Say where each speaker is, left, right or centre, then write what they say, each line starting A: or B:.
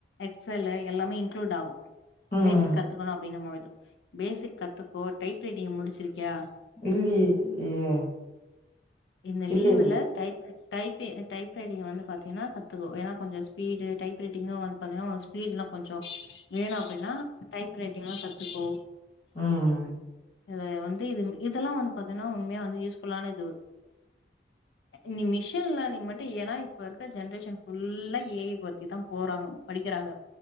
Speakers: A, on the left; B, on the left.
A: எக்செல்லு எல்லாமே இன்க்ளூட் ஆகு
B: ம்
A: பேசிக் கத்துக்குணு அப்டினுமோது பேசிக் கத்துக்கோ டைப் ரைட்டிங்கு முடிச்சிருக்யா
B: இல்லியே ஏ
A: இந்த
B: இல்ல
A: லீவுல
B: இல்ல
A: டைப் படி டைப்பி டைப்ரைட்டிங் வந்து பாத்தீனா கத்துக்கோ ஏனா கொஞ்சோ ஸ்பீடு டைப்ரைட்டிங்னா வந்து பாத்தீனா ஒனக் ஸ்பீட்லா கொஞ்சோ வேணு அப்பினா டைப் ரைட்டிங்லா கத்துக்கோ
B: ம்
A: இத வந்து இதுன்னு இதெல்லா வந்து பாத்தனா உண்ம்யா வந்து யூஸ்ஃபுல்லான இது நீ மிஷின் லேனிங் மட்டு ஏனா இப்ப இருக்க ஜென்ரேஷன் ஃபுல்லா ஏ ஐ பத்தி தா போறாங்க படிக்குறாங்க